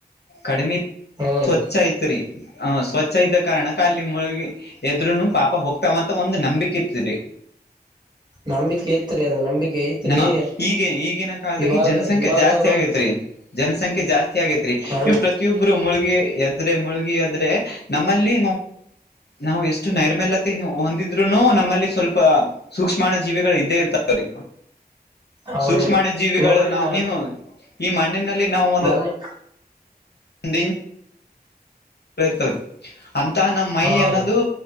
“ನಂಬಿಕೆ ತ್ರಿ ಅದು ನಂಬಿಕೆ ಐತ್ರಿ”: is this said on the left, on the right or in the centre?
Right